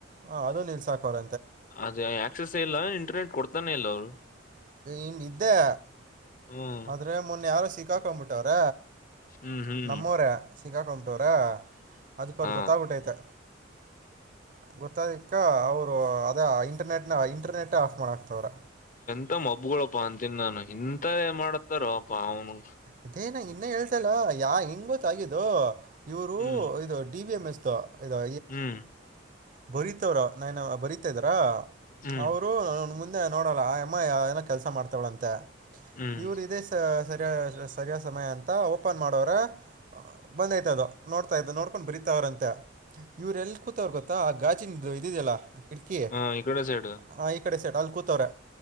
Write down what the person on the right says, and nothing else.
ಹ ಅದು ನೀಲ್ ಸಾಕ ಅವ್ರ
ಇನ್ ಇದ್ದೆ
ಆದ್ರೆ ಮೊನ್ನೆ ಯಾರು ಸಿಕ್ಕಾಕೊಂಡ್ಬಿಟ್ಟವ್ರ
ನಮ್ಮೂರ ಸಿಗಕಮಟರ್ ಅದಕ್ಕೆ
ಅವರು ಗೊತ್ತಾಗ್ಬಿಟ್ಟೈತೆ ಗೊತ್ತ ಅಕ್ಕ ಅವರು ಅದೇ ಇಂಟರ್ನೆಟ್ ನ ಇಂಟರ್ನೆಟ್ ಆಫ್ ಮಾಡಾಕ್ತವ್ರ
ಇದೇ ನ ಇನ್ನೇ ಹೇಳ್ತಲ್ಲ ಯಾ ಹೆಗ ಗೊತ್ತ ಆಾಗಿದ್ದು ಇವರು
ಇದು ಡಿ ವಿ ಎಂ ಎಸ್ ಇದು
ಬರೀತವ್ರ ನಾನ್ ಬರೀತಾ ಇದಾರಾ
ಅವರು ನನ್ ಮುಂದೆ ನೋಡಲ್ಲ ಆ ಅಮ್ಮ ಯಾವ ಏನೋ ಕೆಲ್ಸ ಮಾಡ್ತವಳಂತೆ
ಇವರು ಇದೇ ಸರಿ ಸಮಯ ಅಂತ ಓಪನ್ ಮಾಡೋರೆ ಬಂದ್ ಯತದ ನೋಡ್ ನೋಡ್ಕೊಂಡು ಬರೀತಾವ್ರ ಅಂತ ಇವ್ರ ಎಲ್ಲಿ ಕೂತ ಅವ್ ಗೊ ಮತ್ತ ಆ ಗಾಾಜಿನ ಇದಿದಲ್ಲ ಕಿಟಕಿ
ಹ ಈ ಕಡೆ ಸೆಟ್ ಅಲ್ ಕೂತವ್ರೆ